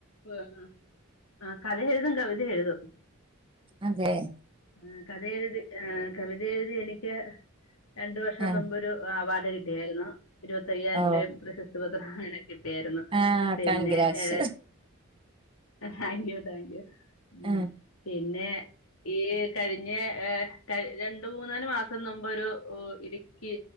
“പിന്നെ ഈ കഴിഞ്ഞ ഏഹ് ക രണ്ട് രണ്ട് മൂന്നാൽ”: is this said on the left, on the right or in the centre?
Left